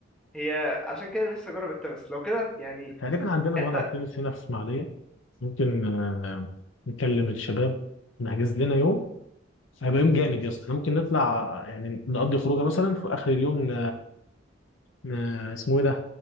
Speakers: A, in the centre; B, on the left.
A: هي عشان كده نفسي اجرب التنس لو كده يعني
B: تقريبا عندنا
A: انت
B: ملعب تنس هنا في اسماعيليه ممكن آه، نكلم الشباب نحجز لنا يوم هيبقى يوم جامد يا اسطى احنا ممكن نطلع يعني نقضي خروجه مثلا في اخر اليوم ن... ن... اسمه ايه ده